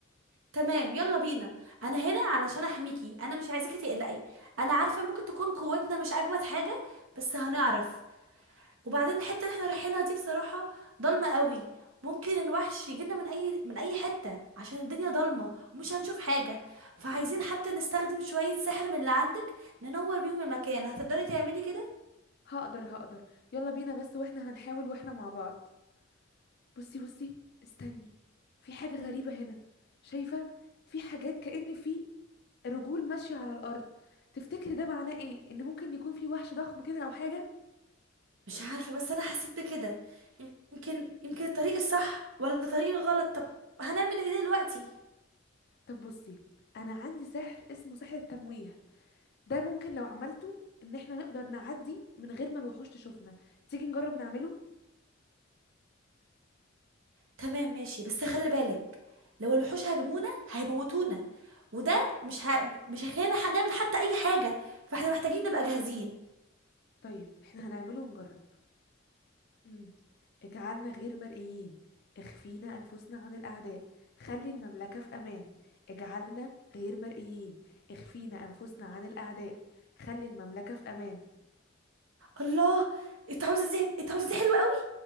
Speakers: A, on the right; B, on the left.
A: تمام يلا بينا انا هنا علشان احميكي انا مش عايزاكي تقلقي انا عارفه ممكن تكون قوتنا مش اجمد حاجه بس هنعرف وبعدين الحته اللي احنا رايحينها دي بصراحه ضلمه قوي ممكن الوحش يجينا من اي من اي حته عشان الدنيا ضلمه ومش هنشوف حاجه فعايزين حتى نستخدم شويه سحر من اللي عندك ننور بيهم المكان هتقدري تعملي كده
B: هقدر هقدر يلا بينا بس واحنا هنحاول واحنا مع بعض بصي بصي استني في حاجة غريبة هنا شايفة في حاجات كأن في رجول ماشية على الأرض تفتكري ده معناه ايه ان ممكن يكون في وحش ضخم كده او حاجة
A: مش عارفه بس انا حسيت بكده يمكن يمكن الطريق الصح ولا الطريق الغلط طب هنعمل ايه دلوقتي
B: طب بصي انا عندي سحر اسمه سحر التمويه ده ممكن لو عملته ان احنا نقدر نعدي من غير ما الوحوش تشوفنا تيجي نجرب نعمله
A: تمام ماشي بس خلي بالك لو الوحوش هاجمونا هيموتونا وده مش ه... مش هيخلينا نعمل حتى اي حاجه فاحنا محتاجين نبقى جاهزين
B: طيب احنا هنعمله ونجرب مم. اجعلنا غير مرئيين اخفينا أنفسنا عن الأعداء خلي المملكة في أمان اجعلنا غير مرئيين اخفينا أنفسنا عن الأعداء خلي المملكة في أمان
A: الله التعويذه دي التعويذه دي حلوه قوي